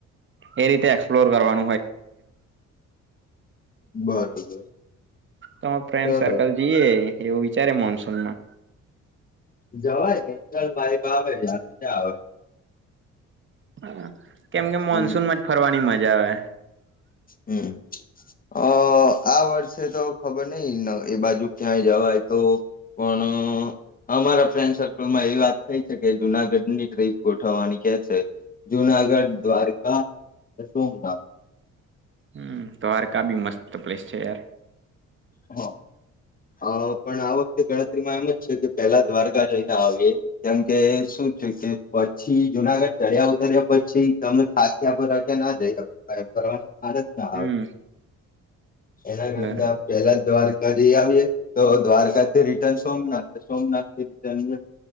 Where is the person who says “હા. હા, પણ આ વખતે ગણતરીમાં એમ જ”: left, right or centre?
Left